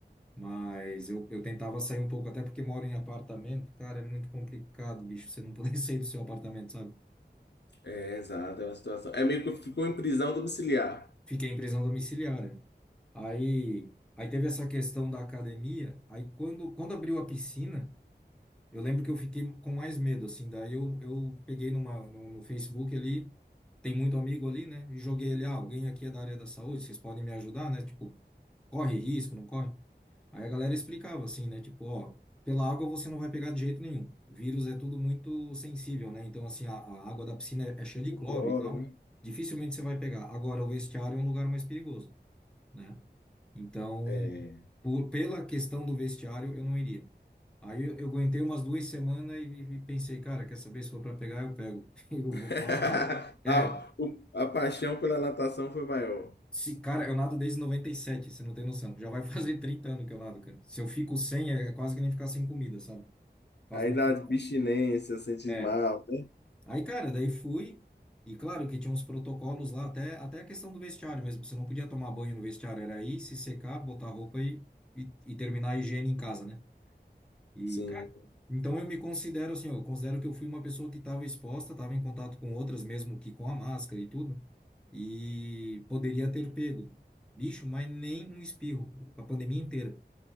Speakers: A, in the centre; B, on the left.
A: Mas eu, eu tentava sair um pouco, até porque moro em apartamento, cara, é muito complicado, bicho, você não poder <laughs> sair do seu apartamento, sabe?
B: É, exato, é uma situação. É meio que ficou em prisão domiciliar.
A: Fiquei em prisão domiciliar, né? Aí, aí teve essa questão da academia, aí quando, quando abriu a piscina. Eu lembro que eu fiquei com mais medo, assim. Daí eu, eu peguei numa, no, no Facebook ali, tem muito amigo ali, né? E joguei ele, ah, alguém aqui é da área da saúde, vocês podem me ajudar, né? Tipo, corre risco, não corre? Aí a galera explicava assim, né? Tipo, ó, pela água você não vai pegar de jeito nenhum. O Vírus é tudo muito sensível, né? Então, assim, a, a água da piscina é, é cheia de
B: O
A: cloro
B: cloro,
A: e tal.
B: né?
A: Dificilmente você vai pegar. Agora, o vestiário é um lugar mais perigoso, né? Então,
B: É.
A: por, pela questão do vestiário, eu não iria. Aí eu, eu aguentei umas duas semanas e, e pensei, cara, quer saber se for para pegar, eu pego. <laughs> Eu
B: <laughs>
A: vou, vou nadar.
B: A,
A: É,
B: o- a paixão pela natação foi maior.
A: se, cara, eu nado desde noventa e sete você não tem noção. Já vai <laughs> fazer 30 anos que eu nado, cara. Se eu fico sem, é é quase que nem ficar sem comida, sabe? Faz
B: Aí
A: muita
B: dá abstinência,
A: falta.
B: sente
A: É.
B: mal, né?
A: Aí, cara, daí fui. E claro que tinha uns protocolos lá, até, até a questão do vestiário mesmo. Você não podia tomar banho no vestiário, era ir, se secar, botar roupa e, e, e terminar a higiene em casa, né? E,
B: Sim.
A: cara, então eu me considero assim, eu considero que eu fui uma pessoa que estava exposta, estava em contato com outras, mesmo que com a máscara e tudo, e poderia ter pego, bicho, mas nem um espirro, a pandemia inteira.